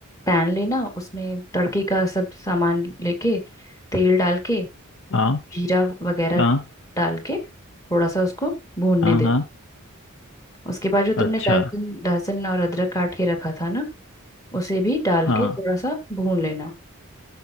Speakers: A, on the left (about 15°); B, on the left (about 60°).
A: पैन लेना उसमें तड़के का सब सामान लेके तेल डाल के
B: हाँ
A: जीरा वगैरह
B: हाँ
A: डाल के थोड़ा सा उसको भूनने
B: हाँ
A: देना
B: हाँ
A: उसके बाद जो तुमने
B: अच्छा
A: लहसुन लहसुन और अदरक काट के रखा था ना उसे भी डाल
B: हाँ
A: के थोड़ा सा भून लेना